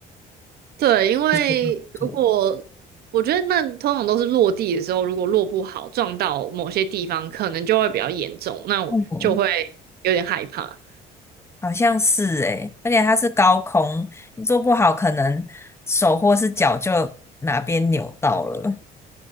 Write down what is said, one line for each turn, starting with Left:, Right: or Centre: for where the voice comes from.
Right: <laughs> 对，因为如果我觉得那通常都是落地的时候，
Left: 这些动作
Right: 如果落不好撞到某些地方，可能就会比较严重，那我就会有点害怕。
Left: 嗯，好像是诶，而且它是高空，你做不好，可能手或是脚就哪边扭到了。